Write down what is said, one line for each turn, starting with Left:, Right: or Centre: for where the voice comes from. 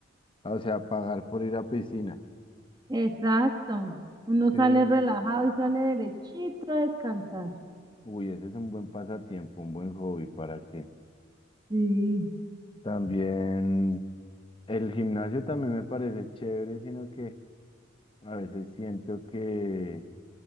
Left: Ah, O sea, pagar por ir a piscina.
Right: Exacto. Uno
Left: Sí,
Right: sale
Left: es-
Right: relajado y sale derechito a descansar.
Left: uy, ese es un buen pasatiempo, un buen hobby para qué
Right: Sí.
Left: también el gimnasio también me parece chévere, sino que a veces siento que,